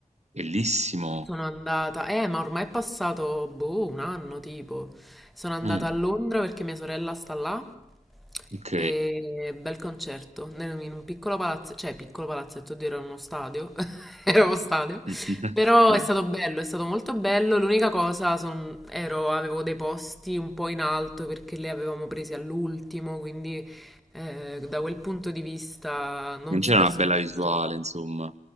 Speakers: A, on the right; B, in the centre.
A: Bellissimo.
B: Sono andata, eh, ma ormai è passato, boh, un anno tipo. Sono andata
A: Mm,
B: a Londra perché mia sorella sta là.
A: ok.
B: E bel concerto nel- in un piccolo palazzo, cioè piccolo palazzetto, oddio, era uno stadio, <laughs> era uno stadio,
A: <laughs>
B: però
A: Eh,
B: è stato bello, è stato molto bello. L'unica cosa, son- ero- avevo dei posti un po' in alto perché li avevamo presi all'ultimo, quindi eh, da quel punto di vista non
A: Non c'era
B: super
A: una
B: soddisfacente.
A: bella visuale, insomma.